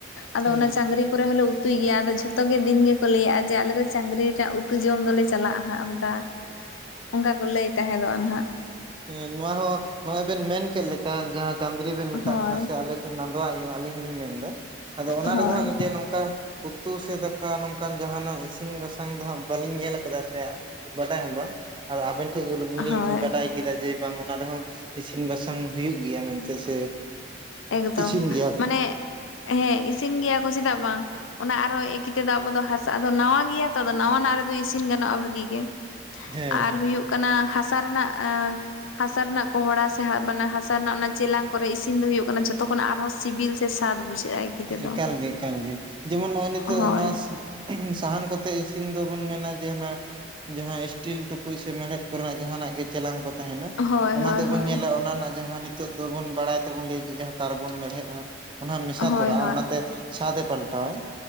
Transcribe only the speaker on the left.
ᱟᱫᱚ
ᱚᱱᱟ ᱪᱟᱹᱝᱨᱤ ᱠᱚᱨᱮ ᱦᱚᱸᱞᱮ ᱩᱛᱩᱭ ᱜᱮᱭᱟ ᱟᱫᱚ ᱡᱷᱚᱛᱚ ᱜᱮ ᱫᱤᱱ ᱜᱮ ᱠᱚ ᱞᱟᱹᱭᱟᱼᱟ ᱡᱮ ᱟᱞᱮ ᱫᱚ ᱪᱟᱹᱝᱨᱤ ᱨᱮᱱᱟᱜ ᱩᱛᱩ ᱡᱚᱢ ᱫᱚᱞᱮ ᱪᱟᱞᱟᱜᱼᱟ ᱦᱟᱸᱜ ᱚᱱᱠᱟ ᱾ ᱚᱱᱠᱟ ᱠᱚ ᱞᱟᱹᱭ ᱛᱟᱦᱮᱸᱫᱚᱜᱼᱟ ᱱᱟᱦᱟᱜ ᱾
ᱦᱳᱭ
ᱦᱳᱭ
ᱦᱳᱭ
ᱮᱠᱫᱚᱢ
ᱢᱟᱱᱮ ᱦᱮᱸ ᱤᱥᱤᱱ ᱜᱮᱭᱟ ᱠᱚ ᱪᱮᱫᱟᱜ ᱵᱟᱝ᱾ ᱚᱱᱟ ᱟᱨᱚ ᱮᱠᱤ ᱛᱮᱫᱚ ᱟᱵᱚ ᱫᱚ ᱦᱟᱥᱟ ᱟᱫᱚ ᱱᱟᱣᱟ ᱜᱮᱭᱟ ᱛᱚ ᱟᱫᱚ ᱱᱟᱣᱟᱱᱟᱜ ᱨᱮᱫᱚ ᱤᱥᱤᱱ ᱜᱟᱱᱚᱜᱼᱟ ᱵᱷᱟᱹᱜᱤ ᱜᱮ᱾
ᱟᱨ
ᱦᱩᱭᱩᱜ ᱠᱟᱱᱟ ᱦᱟᱥᱟ ᱨᱮᱱᱟᱜ ᱦᱟᱥᱟ ᱨᱮᱱᱟᱜ ᱠᱚᱦᱚᱲᱟ ᱥᱮ ᱦᱟᱥᱟ ᱨᱮᱱᱟᱜ ᱚᱱᱟ ᱪᱮᱞᱟᱝ ᱠᱚᱨᱮ ᱤᱥᱤᱱ ᱫᱚ ᱦᱩᱭᱩᱜ <unintelligible> ᱡᱚᱛᱚ ᱠᱷᱚᱱᱟᱜ ᱟᱨᱦᱚᱸ ᱥᱤᱵᱤᱞ ᱥᱮ ᱥᱟᱫ ᱵᱩᱡᱷᱟᱹᱜᱼᱟ᱾ ᱛᱮᱫᱚ
ᱦᱳᱭ
ᱦᱳᱭ ᱦᱳᱭ
ᱦᱳᱭ
ᱦᱳᱭ
ᱦᱳᱭ